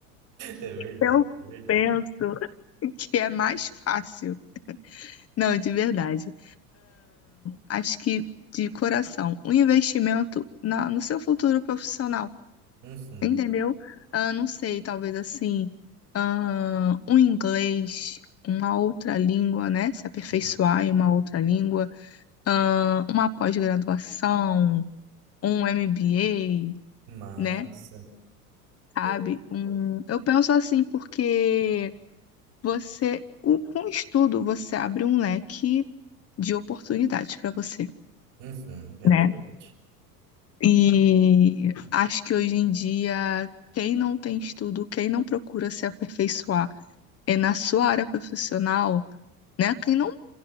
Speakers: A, on the right (about 65°); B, on the left (about 30°).
A: É verdade,
B: Eu
A: é verdade.
B: penso <laughs> que é mais fácil. Não, de verdade. Acho que, de coração, um investimento na, no seu futuro profissional.
A: Uhum.
B: Entendeu? Ah, não sei, talvez assim, ah, um inglês, uma outra língua, né? Se aperfeiçoar
A: uhum.
B: em uma outra língua, ah, uma pós-graduação, um MBA,
A: Massa.
B: né? Sabe?
A: É,
B: Um, eu penso assim porque você, o- com o estudo, você abre um leque de oportunidades para você,
A: Uhum, é
B: né?
A: verdade.
B: E acho que hoje em dia, quem não tem estudo, quem não procura se aperfeiçoar, é na sua área profissional, né? Quem não,